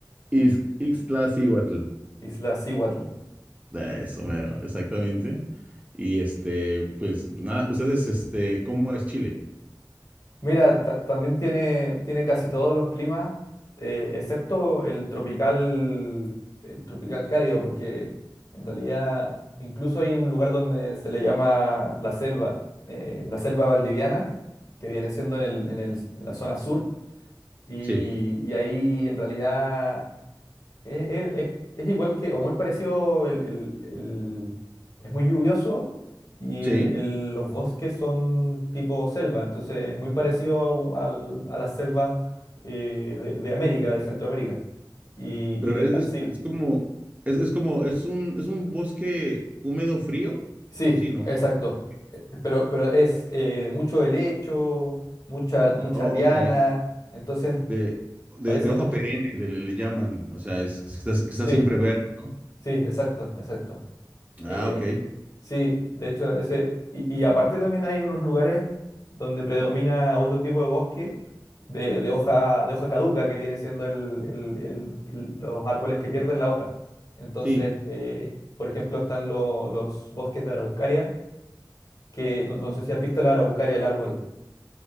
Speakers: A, on the left (about 55°); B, on the right (about 20°).
A: Mm.
B: Iz- Iztaccíhuatl.
A: Isla Cihuatl.
B: Ah, Eso, mero, exactamente. Y este, pues nada, ustedes, este, ¿cómo es Chile?
A: Mira, ta- también tiene, tiene casi todos los climas, eh, excepto el tropical, el tropical cálido, porque en realidad incluso hay un lugar donde se le llama la selva, eh, la selva valdiviana, que viene siendo en el- en el- en la zona sur, y,
B: Sí,
A: y ahí en realidad es, es- es- es igual que, o muy parecido, el, el- el- es muy lluvioso y
B: sí,
A: el- el- los bosques son tipo selva, entonces es muy parecido a, u- al- a las selvas eh, de, de América, de Centroamérica y,
B: pero
A: y de
B: es,
A: Brasil.
B: es- es como, es, es como, es un, es un bosque húmedo frío,
A: Sí,
B: sí, ¿no?
A: exacto.
B: Ok,
A: Eh, eh, Pero, pero es eh, mucho helecho, mucha, mucha
B: Ok.
A: liana, entonces
B: De, de,
A: parece
B: de hoja
A: mucho.
B: perenne le, le- le llaman, o sea, es, que está, que está
A: Sí,
B: siempre verde, ¿no?
A: sí, exacto, exacto. Eh,
B: Ah, ok.
A: sí, de hecho, ese, y, y aparte también hay unos lugares donde predomina otro tipo de bosque de, de hoja, de hoja caduca, que viene siendo el- el- el- el- los árboles que pierden la hoja. Entonces,
B: Sí.
A: eh, por ejemplo, están lo- los bosques de araucaria, que no, no sé si has visto la araucaria, el árbol.